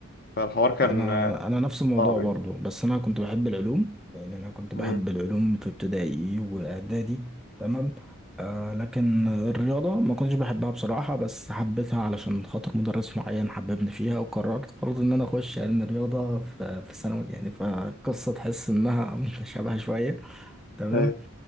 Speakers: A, on the left; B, in the centre.
A: فالحوار كان
B: انا
A: آه،
B: انا نفس الموضوع
A: صعب
B: برضو
A: يعني
B: بس انا كنت بحب العلوم يعني انا كنت
A: مم.
B: بحب العلوم في ابتدائي واعدادي تمام آه لكن الرياضه ما كنتش بحبها بصراحه بس حبيتها علشان خاطر مدرس معين حببني فيها وقررت برضو ان انا اخش علم الرياضه في في ثانوي يعني فالقصه تحس انها <laughs> متشابهه شويه تمام
A: أيوة.